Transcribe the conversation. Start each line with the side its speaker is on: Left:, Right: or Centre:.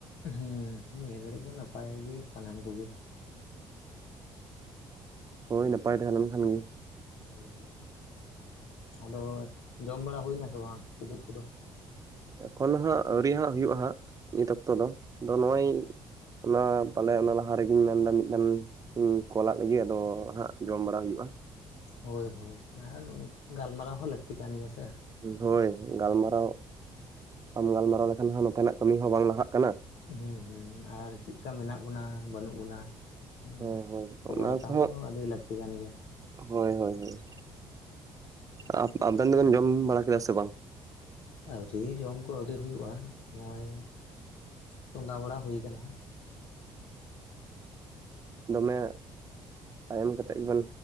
Left: ᱦᱩᱸ, ᱱᱤᱭᱟᱹ ᱜᱷᱟᱹᱲᱤᱡ ᱫᱚ ᱱᱟᱯᱟᱭ ᱜᱮ ᱥᱟᱱᱟᱢ ᱠᱚᱜᱮ᱾
Right: ᱦᱳᱭ ᱱᱟᱯᱟᱭ ᱛᱟᱦᱮᱸ ᱞᱮᱱᱠᱷᱟᱱ ᱜᱮ᱾
Left: ᱦᱳᱭ ᱦᱳᱭ, ᱟᱫᱚ ᱡᱚᱢ ᱵᱟᱲᱟ ᱦᱩᱭ ᱮᱱᱟ ᱥᱮ ᱵᱟᱝ ᱠᱤᱫᱩᱵ ᱠᱚᱫᱚ?
Right: ᱮᱠᱷᱚᱱ ᱫᱚ ᱦᱟᱸᱜ ᱟᱹᱣᱨᱤ ᱦᱟᱸᱜ ᱦᱩᱭᱩᱜᱼᱟ ᱦᱟᱸᱜ, ᱱᱤᱛ ᱚᱠᱛᱚ ᱫᱚ ᱟᱫᱚ ᱱᱚᱜ-ᱚᱭ ᱚᱱᱟ ᱯᱟᱞᱮ ᱚᱱᱟ ᱞᱟᱦᱟ ᱨᱮᱜᱤᱧ ᱢᱮᱱᱫᱟ ᱢᱤᱫ ᱫᱮᱱ ᱦᱩᱸ ᱠᱚᱞ-ᱟᱜ ᱞᱟᱹᱜᱤᱫ ᱟᱫᱚ ᱦᱟᱸᱜ ᱡᱚᱢ ᱵᱟᱲᱟ ᱦᱩᱭᱩᱜᱼᱟ᱾
Left: ᱦᱳᱭ ᱦᱳᱭ ᱟᱨ ᱜᱟᱞᱢᱟᱨᱟᱣ ᱦᱚᱸ ᱞᱟᱹᱠᱛᱤ ᱠᱟᱱ ᱜᱮᱭᱟ ᱥᱮ᱾
Right: ᱦᱳᱭ ᱜᱟᱞᱢᱟᱨᱟᱣ, ᱵᱟᱢ ᱜᱟᱞᱢᱟᱨᱟᱣ ᱞᱮᱠᱷᱟᱱ ᱦᱚᱸ ᱱᱚᱛᱮᱱᱟᱜ ᱠᱟᱹᱢᱤ ᱦᱚᱸ ᱵᱟᱝ ᱞᱟᱦᱟᱜ ᱠᱟᱱᱟ᱾
Left: ᱦᱩᱸ ᱦᱩᱸ ᱟᱨ ᱪᱮᱫᱠᱟ ᱢᱮᱱᱟᱜ ᱵᱚᱱᱟ ᱵᱟᱹᱱᱩᱜ ᱵᱚᱱᱟ ᱦᱩᱸ,
Right: ᱦᱮᱸ ᱦᱳᱭ
Left: ᱠᱷᱚᱵᱚᱨ
Right: ᱚᱱᱟ
Left: ᱦᱟᱛᱟᱣ
Right: ᱠᱚᱦᱚᱸ
Left: ᱦᱚᱸ ᱟᱹᱰᱤ ᱞᱟᱹᱠᱛᱤ ᱠᱟᱱ ᱜᱮᱭᱟ᱾
Right: ᱦᱳᱭ ᱦᱳᱭ ᱦᱳᱭ ᱟ ᱟᱵᱮᱱ ᱫᱚᱵᱮᱱ ᱡᱚᱢ ᱵᱟᱲᱟ ᱠᱮᱫᱟ ᱥᱮ ᱵᱟᱝ?
Left: ᱟᱹᱣᱨᱤ ᱡᱚᱢ ᱠᱚ ᱟᱹᱣᱨᱤ ᱦᱩᱭᱩᱜᱼᱟ ᱱᱚᱜᱼᱚᱭ ᱪᱚᱸᱫᱟ ᱵᱟᱲᱟ ᱦᱩᱭ ᱠᱟᱱᱟ ᱦᱟᱸᱜ᱾
Right: ᱫᱚᱢᱮ ᱟᱭᱮᱢ ᱠᱟᱛᱮᱫ ᱜᱮᱵᱮᱱ,